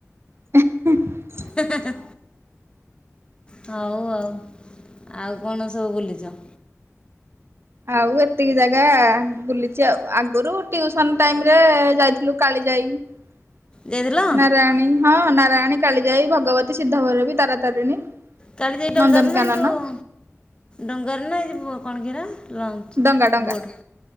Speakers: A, on the right; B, on the left.
A: <unintelligible>
B: ହେଁ ହେଁ ହେଁ। ହଉ ଆଉ ଆଉ କଣ ସବୁ ବୁଲିଚ?
A: ଆଉ ଏତିକି ଜାଗା ବୁଲିଚି ଆଉ ଆଗରୁ ଟିଉସନ ଟାଇମ ରେ ଯାଇଥିଲୁ କାଳି ଯାଇ। <inaudible>
B: ଯାଇଥିଲ
A: ନାରାୟଣୀ ହଁ ନାରାୟଣୀ କାଳିଜାଇ ଭଗବତୀ ସିଦ୍ଧ ଭୈରବୀ ତାରାତାରିଣୀ।
B: କାଳିଜାଇ ଡଙ୍ଗାରେ
A: ନନ୍ଦନକାନନ
B: ନା ଏ ଯୋଉ ଡଙ୍ଗାର ନା ଏଇ ଯ ବ୍ କଣ କୁ ହେରା? ଲଞ୍ଚ
A: ଡଙ୍ଗା ଡଙ୍ଗା
B: ବୋଡ଼